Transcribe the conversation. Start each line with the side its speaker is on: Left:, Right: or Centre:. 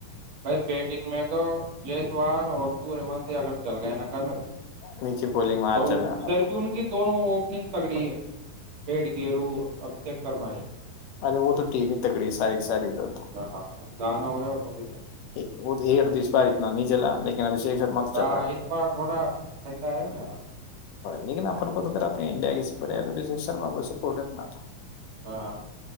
Right: بھائی بیٹنگ میں تو ج سوال اور سووروون سے اگر چل گئے نا کل
Left: نیچے بولنگ میں آرچر
Right: اور ادھر
Left: رہا۔
Right: بھی ان کی دونوں اپنی تگڑی ہے پٹ گھییرو اب شرمائی
Left: ارے وہ تو ٹیم ہی تکڑی ساری کی ساری ادھر تو
Right: ہاں دانا ہو وہ تو بھ
Left: وہ تو ایکٹ تو اس بار اتنا نہیں چلا لیکن ابھی سے ایک سر م تو چل
Right: ہاں
Left: رہا
Right: اس بار تھوڑا ٹھنڈا ہے یار
Left: لیکن اپن کو تو کر اپنے انڈیا کیڑے شرم کو سپورٹ ہے اپنا تو
Right: ہاں